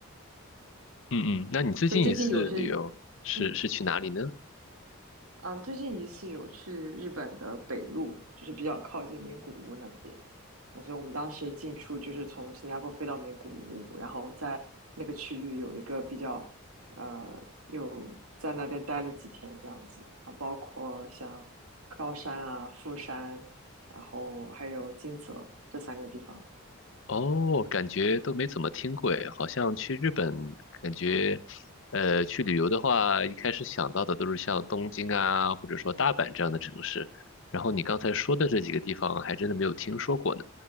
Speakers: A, on the left (about 60°); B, on the right (about 80°).
A: 嗯嗯，那你最近一次旅游是是去哪里呢？
B: 所以最近有是，嗯，啊，最近一次有去日本的北陆，就是比较靠近名古屋那边。那所以我们当时进出就是从新加坡飞到名古屋，然后在那个区域有一个比较，呃，有在那边待了几天这样子啊，包括像高山啊、富山，然后还有金泽这三个地方。
A: 哦，感觉都没怎么听过诶，好像去日本，感觉呃去旅游的话，一开始想到的都是像东京啊，或者说大阪这样的城市。然后你刚才说的这几个地方，还真的没有听说过呢。